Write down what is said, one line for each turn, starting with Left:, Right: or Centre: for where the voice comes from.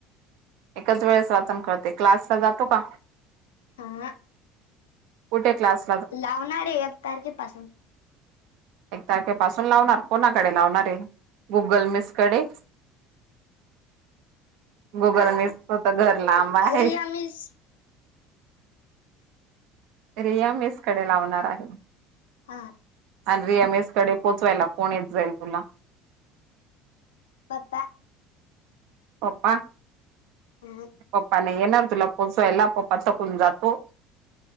Right: एखाद्या वेळेस वाचन कळते, क्लासला जातो का?
Left: आंहा.
Right: कुठे क्लास
Left: लावणार आहे एक तारखेपासून.
Right: एक तारखे पासून लावणार कोणाकडे लावणार आहे? गुगल मिस कडे. <unintelligible> मिसच तर घर लांब आहे.
Left: रिया मिस
Right: रिया मेसकडे लावणार आहे.
Left: हा.
Right: आन्वी एम एसकडे पोचवायला कोण येत जाईल तुला.
Left: पप्पा.
Right: पप्पा
Left: <unintelligible>
Right: पप्पा नाही येणार तुला पोसयला, पप्पा थकून जातो.